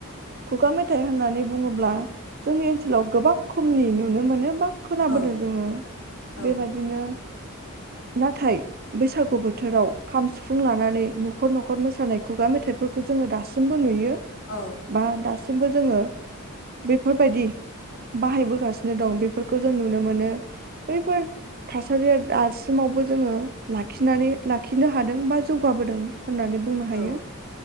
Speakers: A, on the right (about 45°); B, on the left (about 70°).
A: खुगा मेथाइ होननानै बुङोब्ला जोंनि ओनसोलाव गोबां खमनि नुनो मोनो बा खोनाबोदों
B: औ
A: जोङो
B: औ
A: बेबादिनो नाथाय बैसागु बोथोराव खाम सिफुं लानानै न'खर न'खर मोसानाय खुगा मेथाइफोरखौ जोङो दासिमबो नुयो।
B: औ
A: बा दासिमबो जोङो बेफोरबायदि बाहायबोगासिनो दं बेफोरखौ जों नुनो मोनो बैफोर थासारिया दासिमावबो जोङो लाखिनानै लाखिनो हादों बा जौगाबोदों होननानै बुंनो हायो
B: औ